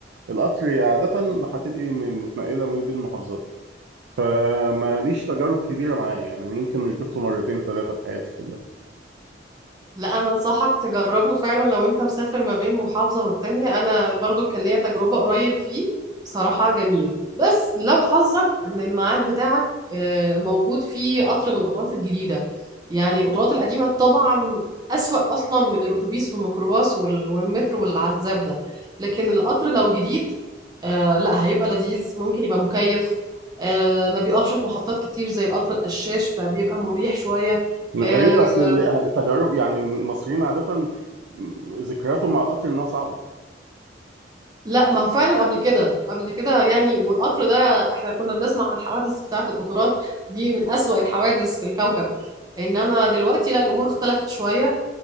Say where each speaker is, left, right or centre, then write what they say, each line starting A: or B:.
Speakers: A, on the right (about 75°); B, on the right (about 20°).
A: القطر عاده هتبقي م- متنقله ما بين المحافظات فماليش تجارب كبيره معاه يعني أنا يمكن ركبته مرتين ثلاثه في حياتي كلها
B: لا انا انصحك تجربه فعلا لو انت مسافر ما بين محافظة والتانية انا برضو كان ليا تجربة قريب فيه صراحة جميل بس لو حظك ان الميعاد بتاعك آه، موجود فيه قطر من القطارات الجديدة يعني القطارات القديمة طبعا اسوأ اصلا من الاتوبيس والميكروباص وال- والمترو والعذاب ده لكن القطر لو جديد آه، لا هيبقى لذيذ ممكن يبقى مكيف آه، ما بيقفش في محطات كتير زي القطر القشاش فبيبقى مريح شوية
A: غريب
B: آه،
A: اصل اللي- التجارب يعني المصريين عاده ذكرياتهم مع القطر انها صعبه
B: لا ما هو فعلا قبل كده قبل كده يعني والقطر ده احنا كنا بنسمع عن الحوادث بتاعة القطورات دي من أسوأ الحوادث في الكوكب انما دلوقتي لا الامور اختلفت شوية